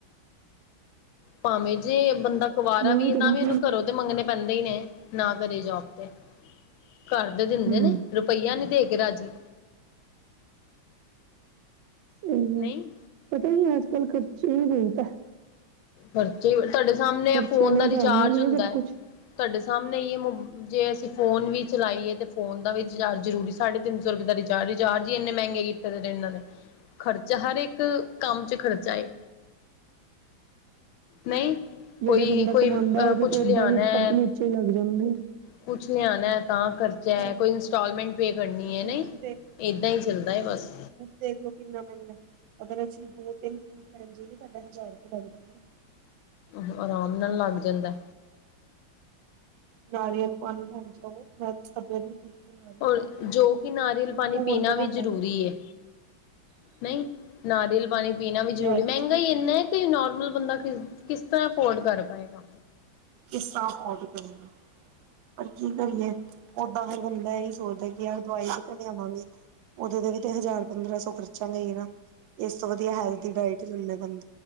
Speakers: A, on the left; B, on the right.
A: ਭਾਵੇਂ ਜੇ ਬੰਦਾ ਕੁਵਾਰਾ
B: ਮੈਂ ਉਹੀ
A: ਵੀ
B: ਤੇ
A: ਏ ਤਾਂ
B: ਕਹਿ
A: ਵੀ
B: ਰਹੀ
A: ਉਹਨੂੰ
B: ਹਾਂ
A: ਘਰੋਂ ਤੇ ਮੰਗਣੇ ਪੈਂਦੇ ਹੀ ਨੇ ਨਾ ਕਰੇ ਜੋਬ ਤੇ ਘਰ ਦੇ ਦਿੰਦੇ
B: ਹਮ
A: ਨੇ। ਰੁਪਈਆ ਨੀ ਦੇ ਕੇ ਰਾਜੀ
B: ਹਮ <unintelligible>
A: ਨਹੀਂ
B: ਪਤਾ ਕੀ ਅੱਜ ਕੱਲ੍ਹ ਖ਼ਰਚੇ ਵੀ ਬਹੁਤ ਹੈ।
A: ਖ਼ਰਚੇ ਬ ਤੁਹਾਡੇ ਸਾਹਮਣੇ
B: ਖਰਚਿਆਂ
A: ਫੋਨ
B: ਦੇ
A: ਦਾ
B: ਹਿਸਾਬ
A: ਰਿਚਾਰਜ
B: ਨਾਲ ਹੀ
A: ਹੁੰਦਾ
B: ਸਭ
A: ਹੈ
B: ਕੁਛ
A: ਤੁਹਾਡੇ ਸਾਹਮਣੇ ਹੀ ਮੋ ਜੇ ਅਸੀਂ ਫੋਨ ਵੀ ਚਲਾਈਏ ਤਾਂ ਫੋਨ ਦਾ ਵੀ ਰੀਚਾਰਜ਼ ਜ਼ਰੂਰੀ ਸਾਢੇ ਤਿੰਨ ਸੌ ਰੁਪਏ ਦਾ ਰਿਚਾਰਜ ਏ ਚਾਰਜ ਹੀ ਇੰਨੇ ਮਹਿੰਗੇ ਈ ਕਰੇ ਨੇ <unintelligible> ਇਹਨਾਂ ਨੇ ਖਰਚਾ ਹਰ ਇੱਕ ਕੰਮ ਚ ਖਰਚਾ ਏ ਨਹੀਂ
B: ਜਿਹੜਾ
A: ਕੋਈ
B: ਬੰਦਾ
A: ਕੋਈ
B: ਕਮਾਉਂਦਾ
A: ਅ
B: ਉਹਦੇ
A: ਕੁਛ
B: ਤੇ
A: ਲਿਆਣਾ
B: ਏਦਾਂ ਹੀ ਉੱਪਰ
A: ਐ
B: ਨੀਚੇ ਹੀ ਲੱਗ ਜਾਂਦੇ ਆ
A: ਕੁਛ ਲਿਆਣਾ ਏ ਤਾਂ ਕਰਰਚਾ
B: ਫਰੂਟ
A: ਹੈ ਕੋਈ ਇੰ ਟੋਲਮੈਂਟ ਪੇ ਕਰਨੀ ਹੈ
B: ਫਰੂਟ
A: ਨਾ ਇੱਦਾਂ ਹੀ ਚੱਲਦਾ ਐ ਬਸ
B: ਦੇਖਲੋ ਕਿੰਨਾ ਮਹਿੰਗਾ ਐ ਅਗਰ ਅਸੀਂ ਦੋ ਤਿੰਨ ਫਰੂਟ ਲੈਣ ਜਾਈਏ, ਸਾਡਾ ਹਜ਼ਾਰ ਰੁਪਏ ਲੱਗ ਜਾਂਦਾ
A: ਹ ਆਰਾਮ ਨਾਲ ਲੱਗ ਜਾਂਦੈ
B: ਨਾਰੀਅਲ ਪਾਣੀ ਲੈਣ ਜਾਈਏ ਮੈਂਬ ਨੂੰ <unintelligible>
A: ਔਰ ਜੋ ਕਿ ਨਾਰੀਅਲ ਪਾਣੀ
B: ਸੌ
A: ਪੀਣਾ
B: ਰੁਪ
A: ਵੀ
B: ਦਾ
A: ਜ਼ਰੂਰੀ
B: ਦੇ <unintelligible>
A: ਹੈ। ਨਹੀਂ ਨਾਰੀਅਲ ਪਾਣੀ ਪੀਣਾ ਵੀ ਜ਼ਰੂਰੀ
B: ਜਿਹੜੀ
A: ਮਹਿੰਗਾ ਹੀ ਇੰਨਾ ਹੈ ਕਿ ਨੋਰਮਲ ਬੰਦਾ ਖ ਕਿਸ ਤਰ੍ਹਾਂ ਅਫੋਰਡ ਕਰ ਪਾਏਗਾ।
B: ਕਿਸ ਤਰ੍ਹਾਂ ਡਰ ਕਰੀ <unintelligible> ਪਰ ਕੀ ਕਰੀਏ ਓਦਾਂ ਫਿਰ ਬੰਦਾ ਇਹੀ ਸੋਚਦਾ ਕਿ ਆ ਦਵਾਈ ਕਿੱਥੋਂ ਲਿਆਵਾਂਗੇ। ਉਹਦੇ ਤੇ ਵੀ ਤੇ ਹਜ਼ਾਰ ਪੰਦਰਾਂ ਸੋ ਖਰਚਾ ਗੇ ਹੀ ਨਾ ਇਸ ਤੋਂ ਵਧੀਆ ਹੈਲਦੀ ਡਾਇਟ ਲੈ ਲੇ ਬੰ